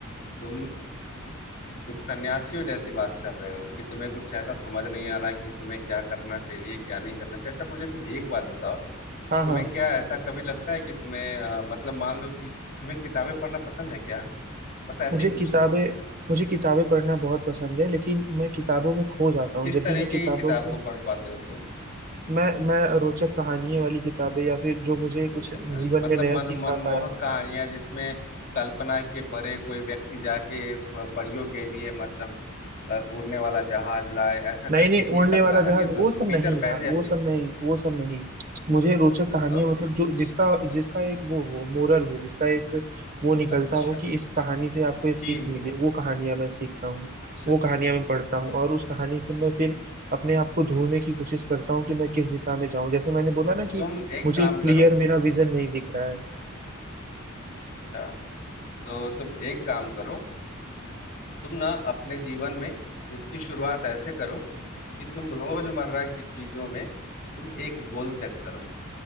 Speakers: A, on the left; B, on the right.
A: तुम एक सन्यासियों जैसी बात कर रहे हो कि तुम्हें कुछ ऐसा समझ नहीं आ रहा कि तुम्हें क्या करना चाहिए क्या नहीं करना चाहिए अच्छा मुझे तुम एक बात बताओ
B: हाँ
A: तुम्हें
B: हाँ
A: क्या ऐसा कभी लगता है कि तुम्हें अ, मतलब मान लो कि तुम्हें किताबें पढ़ना पसंद है क्या बस ऐसे
B: मुझे
A: ही
B: किताबें
A: पूछ रहा हूँ
B: मुझे किताबें पढ़ना बहुत पसंद है लेकिन मैं किताबों में खो जाता हूँ
A: किस
B: जब
A: तरीके
B: भी मैं किताबों
A: की किताब
B: को
A: को पढ़ पाते हो तुम
B: मैं मैं रोचक कहानियां वाली किताबें या फिर जो मुझे कुछ
A: रोचक
B: जीवन
A: कहानी मतलब
B: में नया
A: मन
B: सिखा
A: मनमोहक
B: पाया
A: कहानियां जिसमें कल्पना के परे कोई व्यक्ति जाके अ, परियों के लिए मतलब अ, उड़ने वाला जहाज लाए ऐसा
B: नहीं
A: करके
B: नहीं
A: ये
B: उड़ने
A: सब
B: वाला
A: कहानियां
B: जहाज
A: तो
B: वो सब
A: पीटर
B: नहीं यार
A: पैन जैसी
B: वो सब नहीं वो सब नहीं मुझे रोचक कहानियां
A: तो
B: मतलब जो जिसका जिसका एक वो हो मोरल हो जिसका एक वो निकलता
A: अच्छा
B: हो कि इस कहानी से आपको ये सीख
A: टीम
B: मिली
A: हो
B: वो कहानियां मैं सीखता हूँ
A: अच्छा
B: वो कहानियां मैं पढ़ता हूँ और उस कहानी से मैं फिर अपने आप को ढूंढने की कोशिश करता हूँ कि मैं किस दिशा में जाऊं जैसे मैंने बोला ना कि
A: तुम एक
B: मुझे
A: काम
B: क्लियर
A: करो
B: मेरा विजन नहीं दिख रहा है
A: अच्छा तो तुम एक काम करो तुम ना अपने जीवन में इसकी शुरुआत ऐसे करो कि तुम रोजमर्रा की चीजों में तुम एक गोल सेट करो